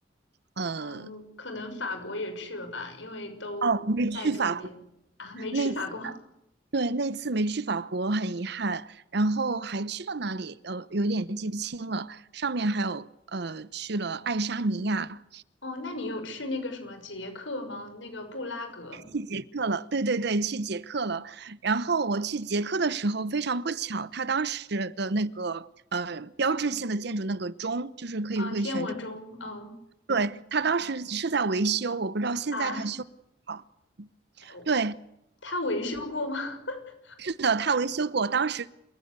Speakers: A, on the right; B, on the left.
A: 呃，
B: 嗯，可能法国也去了吧，因为都在周边啊，
A: 哦，没去法国。
B: 没去法国。
A: 那次对，那次没去法国，很遗憾。然后还去了哪里？呃，有点记不清了。上面还有呃，去了爱沙尼亚，
B: 哦，那你有去那个什么捷克吗？那个布拉格，
A: 去捷克了。对对对，去捷克了。然后我去捷克的时候，非常不巧，它当时的那个呃标志性的建筑那个钟，就是可以会旋转。
B: 啊，天文钟嗯
A: 对，它当时是在维修，我不知道现在它修好。
B: 啊，我
A: 对，
B: 他维修过吗？<laughs>
A: 的，他维修过，当时